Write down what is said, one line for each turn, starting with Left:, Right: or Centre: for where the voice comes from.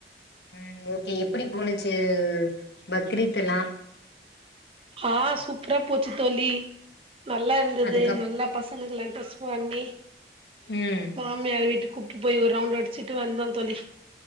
Left: உம் ஓகே எப்படி போணுச்சு பக்ரீத் எல்லா
Right: ஆஹ் சூ சூப்பரா போச்சு தோழி நல்லா இருந்தது
Left: அதுக்கப்
Right: நல்லா பசங்களுக் டெஸ்பண்ணி
Left: ம்
Right: மாமியார் வீட்டு கூப்பிட்டு போய் ஒரு ரவுண்ட் அடிச்சிட்டு வந்தோம் தோழி